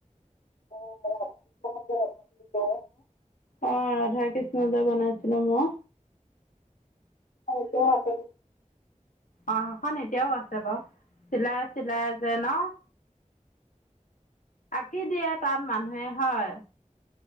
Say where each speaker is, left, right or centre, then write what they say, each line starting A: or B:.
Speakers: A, on the left; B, on the left.
A: অ'
B: অ' ৰাধা কৃষ্ণ যে বনাইছে। ল'ম।
A: আৰু এতিয়াও
B: অ' এখন এতিয়াও আছে বাৰু চিলাই চিলাই যে ন আঁকি দিয়ে তাত মানুহে। হয়।